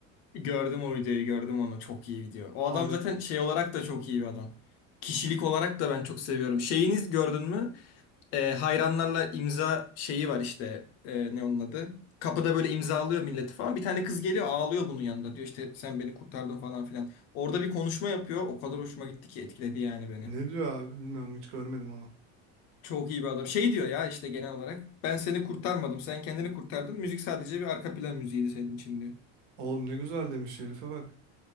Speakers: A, on the left (about 50°); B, on the right (about 75°).
A: Gördüm o videoyu, gördüm onu. Çok iyi video. O
B: Abi
A: adam zaten şey olarak da çok iyi bir adam. Kişilik olarak da ben çok seviyorum. Şeyiniz gördün mü? Ee, hayranlarla imza şeyi var işte. Ee, ne onun adı? Kapıda böyle imzalıyor milleti falan. Bir tane kız geliyor ağlıyor bunun yanında. Diyor işte sen beni kurtardın falan filan. Orada bir konuşma yapıyor. O kadar hoşuma gitti ki etkiledi yani beni.
B: ne diyor abi bilmiyorum hiç görmedim onu.
A: Çok iyi bir adam. Şey diyor ya işte genel olarak. Ben seni kurtarmadım. Sen kendini kurtardın. Müzik sadece bir arka plan müziğiydi senin için diyor.
B: Oğlum ne güzel demiş herife bak.